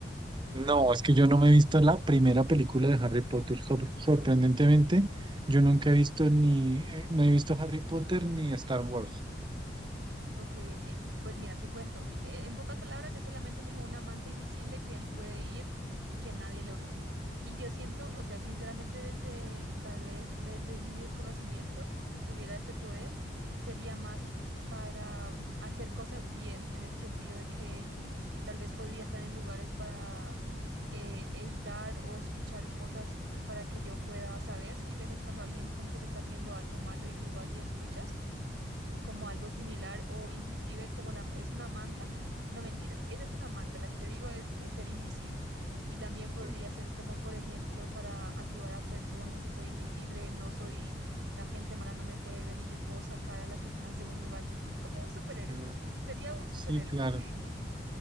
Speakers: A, on the right (about 25°); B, on the right (about 75°).
A: No, es que yo no me he visto la primera película de Harry Potter. Sor- sorprendentemente, yo nunca he visto
B: Ok.
A: ni, eh, no he visto Harry Potter ni Star Wars.
B: Ok, ok. Pues mira, te cuento. eh, En pocas palabras, es solamente como un amante invisible que él puede ir y que nadie lo ve. Y yo siento, o sea, sinceramente, desde tal vez desde mi desconocimiento, si tuviera ese poder, sería más para hacer cosas bien, en el sentido de que tal vez podría estar en lugares para eh, evitar o escuchar cosas para que yo pueda saber, ¿sí? ¿Ves? Es cuando alguien como que te está haciendo algo malo y tú vas y escuchas como algo similar o inclusive como la, es una manta. No, mentira, esa es una manta, la que yo digo es, eh, ser invisible. Y también podría
A: Sí,
B: ser como, por ejemplo, para ayudar a personas, si soy invisible, no soy, la gente mala no me puede ver y yo puedo sacar a las personas de un lugar, como un superhéroe.
A: Mm,
B: Sería un superhéroe.
A: sí, claro,
B: <laughs>